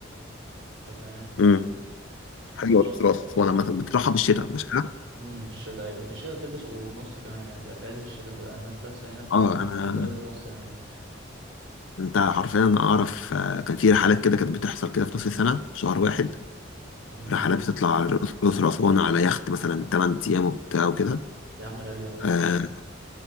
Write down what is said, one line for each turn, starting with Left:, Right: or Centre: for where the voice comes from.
Right: انت فاهم
Left: امم حلو
Right: الأقصر
Left: الأقصر
Right: وأسوان
Left: وأسوان عامة بتروحها بالشتاء مش كده؟
Right: امم في الشتاء ايوه في الشتاء بتلبس وبنص كمان يعني بيبقى في عز الشتاء تبقى الناس لابسة هنا في كم
Left: اه انا
Right: لابس بنص هناك
Left: انت حرفيا اعرف آه، كان في رحلات كده كانت بتحصل كده في نص السنه في شهر واحد
Right: امم
Left: رحلات بتطلع الاقصر واسوان على يخت مثلا 8 ايام وبتاع وكده
Right: يا عم غالية قوي
Left: آه